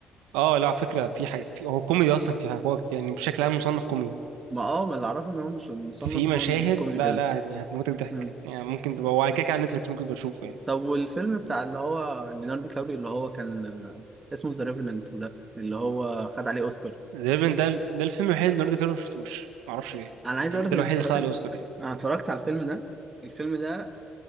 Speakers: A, on the right; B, on the right.
A: اه لا على فكره في حي... في هو كوميدي اصلا في حي... هو يعني بشكل عام مصنف كوميدي
B: ما اه ما اللي اعرفه ان هو مش مصنف
A: في
B: كوم-
A: مشاهد
B: كوميدي
A: لا
B: كده
A: لا يعني هتموتك ضحك
B: مم.
A: يعني ممكن تبقى هو على كده كده على نتفلكس ممكن تبقى تشوفه يعني
B: طب والفيلم بتاع اللي هو ليوناردو كابري اللي هو كان آه، اسمه ذا ريفننت ده اللي هو خد عليه اوسكار
A: تقريبا ده ال- ده الفيلم الوحيد اللي ليوناردو دي كابريو ما شفتوش معرفش ليه
B: انا عايز
A: يعني
B: اقول
A: ده
B: لك
A: الوحيد
B: ان اتفرجت
A: اللي خد عليه اوسكار يعني
B: انا اتفرجت على الفيلم ده الفيلم ده